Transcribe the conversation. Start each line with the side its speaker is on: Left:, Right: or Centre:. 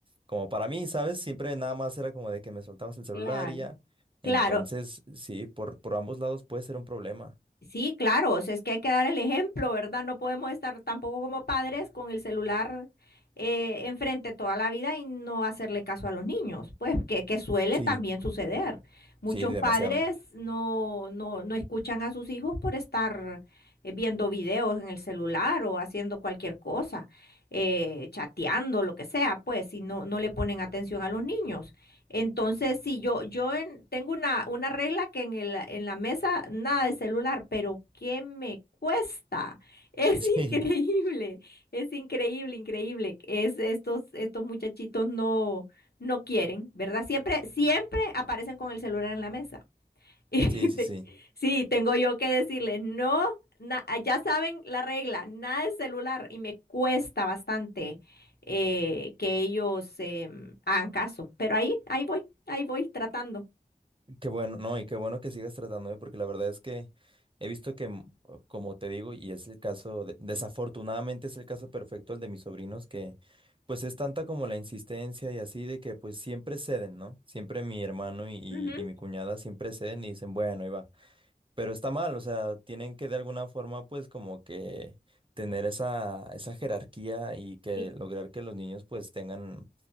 Right: como para mí, ¿sabes? Siempre nada más era como de que me soltabas el celular
Left: Claro.
Right: y ya.
Left: Claro,
Right: Entonces, sí, por por ambos lados puede ser un problema.
Left: Sí, claro, o sea, es que hay que dar el ejemplo, ¿verdad? No podemos estar tampoco como padres con el celular eh, enfrente toda la vida y no hacerle caso a los niños, pues que, que suele
Right: Sí,
Left: también suceder. Muchos
Right: sí, demasiado.
Left: padres no, no, no escuchan a sus hijos por estar eh, viendo videos en el celular o haciendo cualquier cosa, eh, chateando, lo que sea, pues, y no, no le ponen atención a los niños. Entonces, si yo, yo en- tengo una, una regla que en el- en la mesa nada de celular, pero ¿qué me cuesta? <laughs> Es
Right: <laughs> sí
Left: increíble, es increíble, increíble. Es estos, estos muchachitos no, no quieren, ¿verdad? Siempre, siempre aparecen con el celular en la mesa. <laughs> Y
Right: Sí,
Left: te-
Right: sí, sí.
Left: sí, tengo yo que decirles, no, na- ya saben la regla, nada de celular y me cuesta bastante eh, que ellos em, hagan caso, pero ahí, ahí voy, ahí voy tratando.
Right: Qué bueno, no, y qué bueno que sigas tratándome, porque la verdad es que he visto que, mm, como te digo, y es el caso, de- desafortunadamente es el caso perfecto el de mis sobrinos, que pues es tanta como la insistencia y así de que pues siempre ceden, ¿no? Siempre mi hermano y, y,
Left: Ujú,
Right: y mi cuñada siempre ceden y dicen, bueno, iba. pero está mal, o sea, tienen que de alguna forma pues como que tener esa, esa jerarquía y que
Left: Sí,
Right: lograr que los niños pues tengan,